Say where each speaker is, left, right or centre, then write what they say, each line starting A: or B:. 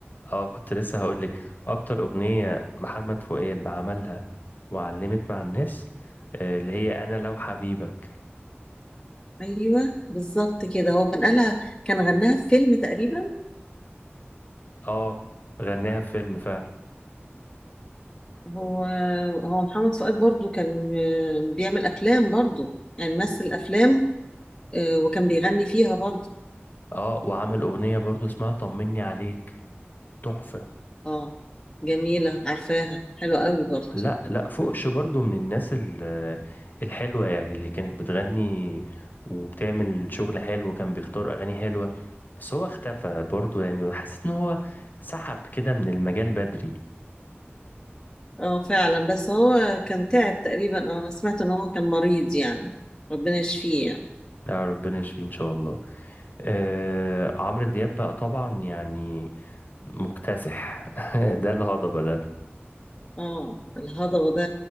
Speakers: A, on the left (about 45°); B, on the left (about 15°).
A: اه كنت لسه هقول لك اكتر أغنية محمد فؤاد عملها وعلمت مع الناس آه، اللي هي انا لو حبيبك
B: أيوة بالظبط كده هو كان قالها كان غناها في فيلم تقريبا
A: اه غناها في فيلم فعلا
B: هو هو محمد فؤاد برضو كان آه، بيعمل أفلام برضو يعني مثل أفلام آه، وكان بيغني فيها برضو
A: اه وعمل أغنية برضو اسمها طمني عليك تحفة
B: اه جميلة عارفاها حلوة قوي برضو
A: لا لا فوقش برضو من الناس ال- الحلوة يعني اللي كانت بتغني وبتعمل شغل حلو وكان بيختار أغاني حلوة بس هو اختفى برضو يعني وحسيت إن هو سحب كده من المجال بدري
B: اه فعلا بس هو كان تعب تقريبا اه انا سمعت ان هو كان مريض يعني ربنا يشفيه يعني
A: لا ربنا يشفيه إن شاء الله آه عمرو دياب بقى طبعا يعني مكتسح <laughs> ده الهضبة ده
B: اه الهضبة ده